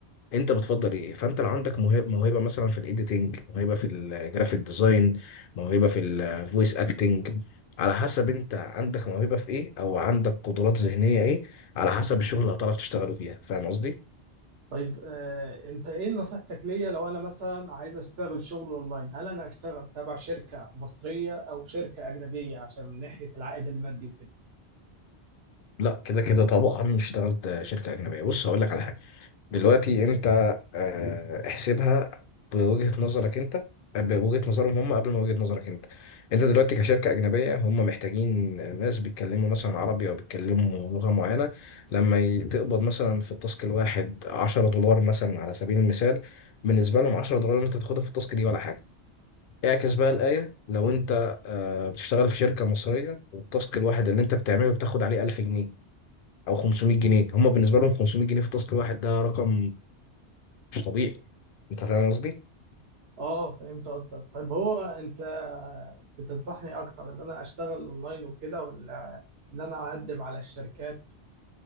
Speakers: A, on the left (about 60°); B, on the right (about 70°).
A: انت بتفضل ايه فانت لو عندك موهبة, موهبة مثلا في الايديتنج موهبة في الجرافيك ديزاين موهبة في الفويس اكتنج على حسب انت عندك موهبة في ايه او عندك قدرات ذهنية ايه على حسب الشغل اللي هتعرف تشتغله فيها فاهم قصدي؟
B: طيب آه، انت ايه نصيحتك ليا لو انا مثلا عايز اشتغل شغل اونلاين هل انا اشتغل تبع شركة مصرية او شركة اجنبية عشان من ناحية العائد المادي وكده
A: لا كده كده طبعا اشتغلت شركة أجنبية بص هقول لك على حاجة دلوقتي انت آه، احسبها بوجهة نظرك انت آه، بوجهة نظرهم هم قبل ما وجهة نظرك انت انت دلوقتي كشركة أجنبية هم محتاجين ناس بيتكلموا مثلا عربي أو بيتكلموا لغة معينة لما ي- تقبض مثلا في التاسك الواحد 10 دولار مثلا على سبيل المثال بالنسبة
B: مم.
A: لهم 10 دولار اللي انت بتاخدها في التاسك دي ولا حاجة اعكس بقى الآية لو انت آه، بتشتغل في شركة مصرية والتاسك الواحد اللي انت بتعمله بتاخد عليه 1000 جنيه او 500 جنيه هم بالنسبه لهم 500 جنيه في التاسك الواحد ده رقم مش طبيعي انت فاهم قصدي
B: اه فهمت قصدك طيب هو انت بتنصحني اكتر ان انا اشتغل اونلاين وكده ولا ان انا اقدم على الشركات